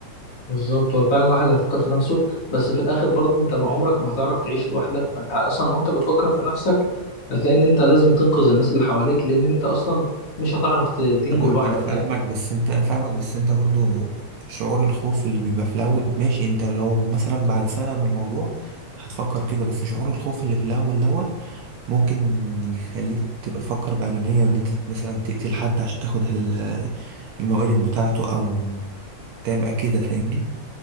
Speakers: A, on the left; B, on the right.
A: بالظبط هو فعلا الواحد هيفكر في نفسه بس في الاخر برضه انت عمرك ما هتعرف تعيش لوحدك فانت اصلا وانت بتفكر في نفسك هتلاقي ان انت لازم تنقذ الناس اللي حواليك لان انت اصلا مش هتعرف ت- تنجو
B: أنا
A: لوحدك
B: أنا فاهمك
A: يعني
B: بس أنت فاهمك بس أنت برضو شعور الخوف اللي بيبقى في الأول ماشي أنت لو مثلا بعد سنة من الموضوع هتفكر كده بس شعور الخوف اللي في الأول دوت ممكن يخليك تبقى تفكر بأنانية وإن أنت مثلا تقتل حد عشان تاخد ال- الموارد بتاعته أو تبقى كده فاهمني؟